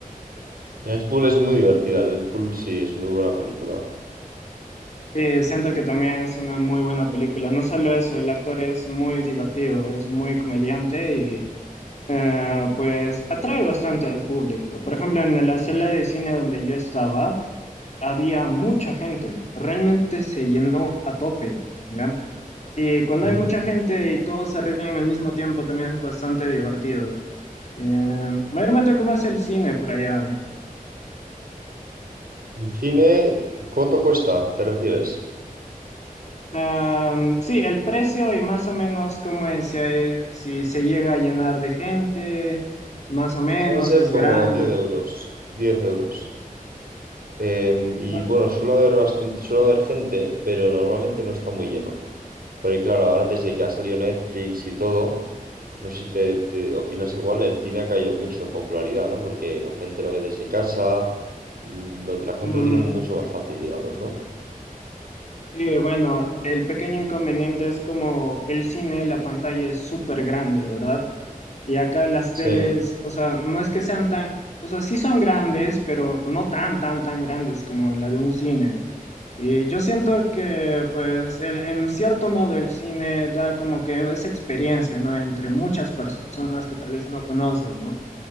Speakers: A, on the right; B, on the left.
A: Deadpool es muy divertida, Deadpool sí es muy buena película.
B: Sí, siento que también es una muy buena película. No solo eso, el actor es muy divertido, es muy comediante y eh, pues atrae bastante al público. Por ejemplo, en la sala de cine donde yo estaba, había mucha gente. Realmente se llenó a tope, ¿ya? Y cuando
A: Ujú.
B: hay mucha gente y todos se ríen al mismo tiempo, también es bastante divertido. Eh, mayormente, ¿cómo es el cine por allá?
A: El cine, ¿cuánto cuesta? ¿Te refieres?
B: Am, sí, el precio y más o menos cómo es, si, hay- si se llega a llenar de gente, más o menos
A: Suelen ser
B: es
A: como
B: grande.
A: 10 euros, 10 euros. Em, y
B: Bu-
A: bueno, suele haber bastante, suele haber gente, pero normalmente no está muy lleno. Porque claro, ahora desde que ha salido Netflix y todo... No sé si te, te opinas igual, el cine ha caído mucho en popularidad, ¿no? Porque la gente lo ve desde casa, mm, lo- la gente
B: mm,
A: lo tiene mucho más fácil, digamos, ¿no?
B: sí, bueno, el pequeño inconveniente es como el cine, la pantalla es súper grande, ¿verdad? Y acá las
A: Sí.
B: teles, o sea, no es que sean tan, o sea, sí son grandes, pero no tan, tan, tan grandes como la de un cine. Y yo siento que, pues, el- en cierto modo el cine da como que esa experiencia, ¿no? Entre muchas personas que tal vez no conoces, ¿no?